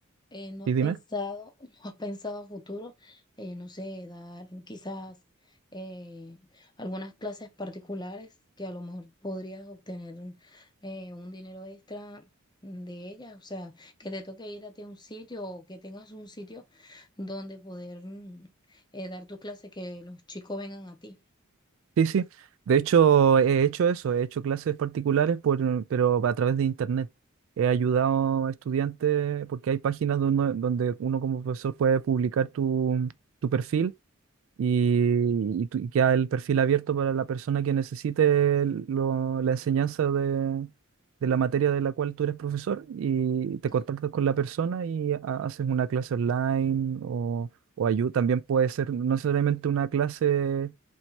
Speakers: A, on the left; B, on the right.
A: eh, ¿no
B: ¿Y
A: has
B: dime?
A: pensado, <laughs> no has pensado a futuro, eh, no sé, dar quizás eh, algunas clases particulares que a lo mejor podrías obtener un eh, un dinero extra de ellas? O sea, que te toque ir a ti a un sitio o que tengas un sitio donde poder... mm, eh, dar tu clase, que los chicos vengan a ti.
B: Sí, sí. De hecho, he hecho eso, he hecho clases particulares, por, pero a través de internet. He ayudado a estudiantes porque hay páginas donde uno, donde uno como profesor puede publicar tu, tu perfil y, y tu- y queda el perfil abierto para la persona que necesite lo- la enseñanza de, de la materia de la cual tú eres profesor y
A: Perfecto.
B: te contactas con la persona y ha- haces una clase online o, o ayu- También puede ser no necesariamente una clase